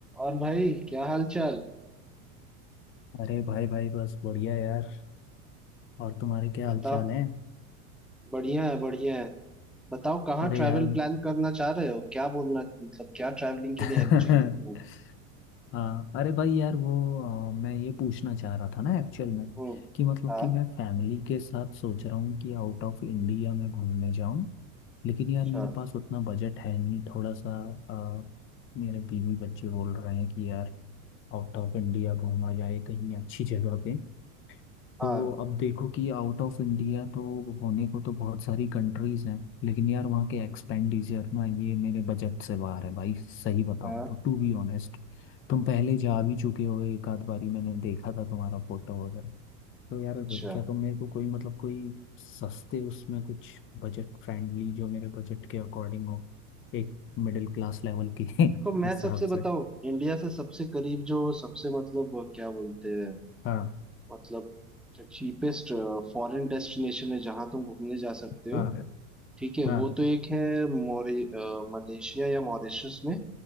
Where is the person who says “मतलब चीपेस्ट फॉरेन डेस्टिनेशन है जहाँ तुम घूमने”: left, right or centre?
Centre